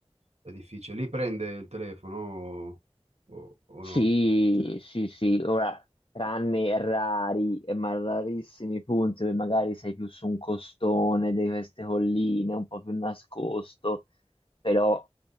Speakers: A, on the right; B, on the left.
A: è difficile. Lì prende il telefono o, o no?
B: Sì, sì, sì, ora, tranne rari, eh, ma rarissimi punti dove magari sei più su un costone di queste colline, un po' più nascosto però